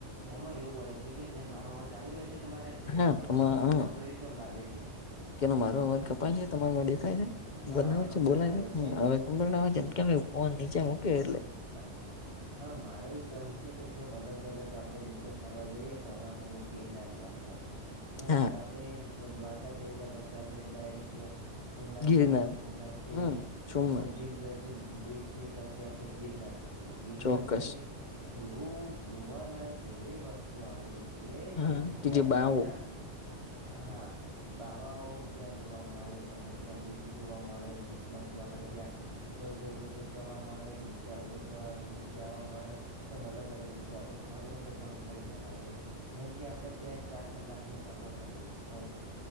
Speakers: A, on the right (about 30°); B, on the left (about 40°).
A: એમાં એવું હોય છે કે જે મારો અવાજ આવી રહ્યો છે. તમારે તે
B: હા તમા
A: અવાજ
B: હા
A: કપાતો એ કેમ લાગે છે.
B: કેનો મારો અવા કપાય છે તમાર દેખાય છે
A: ના
B: બનાવે
A: હવે કમ્પ્લીટ
B: છે બોલાય
A: આવ્યો
B: છે <unintelligible> અમ ના જનકાામ ફોનનીચે મુકે એટલે
A: હ. હા મારે એ કેહેવું છે કે જેમ અલગ અલગ આપણે રીતે ફરવા જઈએ તો હવે આપણે મ ગીરનાની વાત કરો તો
B: હા
A: આપણે દ્વારકા જઈને પછી આપણે ડાયરેક્ટ સોમનાથ
B: ગિરનાર
A: જશું સોમનાથ થી
B: હમ સોમનાથ
A: આપડે દીવ જશું દીવથી પછી આપડે ગિરનાર જશું ગિરનાર
B: ચોક્કસ
A: માંથી એવું જોવાલાયક કેવી વસ્તુ આવેલી છે
B: હા
A: કે જેમ કે
B: જે
A: આપણે
B: બાવો
A: ત્યાં હા બાવાઓ ત્યાં જોવા મળે પછી ત્યાં લીપ જોવા મળે લીપ માંથી આપડણે ત્યાં ઉપર જવું હો તો જવા મળે ની નીચે આવું હોય તો નીચે આવવા મળે એમ અલગ અલગ રીતે આપણે ફરવું હોયને તો પણ ફરી શકાય છે જેમકે આપણે ત્યાં જ ચાર કલાકની સફર હોય છે